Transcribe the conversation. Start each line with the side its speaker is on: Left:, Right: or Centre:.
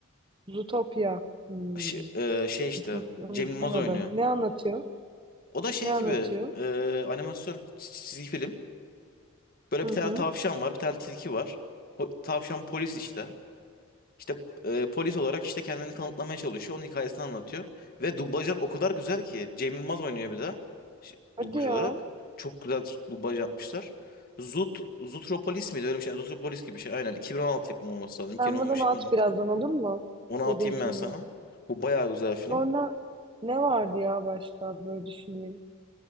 Right: Zootopia. Hmm.
Left: Şey, e, şey işte
Right: Zootopia. Onu
Left: Cem Yılmaz
Right: Duymadım.
Left: oynuyor.
Right: Ne anlatıyor?
Left: O da şey
Right: Ne anlatıyor?
Left: gibi e, animasyon çizgi film. Böyle
Right: Hı
Left: bir
Right: hı.
Left: tane tavşan var, bir tane tilki var. Po- tavşan polis işte. İşte e, polis olarak işte kendini kanıtlamaya çalışıyor. Onun hikayesini anlatıyor. Ve dublajlar o kadar güzel ki. Cem Yılmaz oynuyor bir de Şi-
Right: Hadi
Left: Dublaj
Right: ya.
Left: olarak. Çok güzel dublaj yapmışlar. Zut, Zutropolis miydi? Öyle bir şey. yani Zutropolis gibi bir şey. Aynen. 2016 yapımı olması lazım. 2015-2016.
Right: Sen bana at birazdan olur mu?
Left: Onu
Right: Dediğim
Left: atayım ben
Right: filmi.
Left: sana. Bu bayağı güzel film.
Right: Sonra ne vardı ya başka böyle düşüneyim.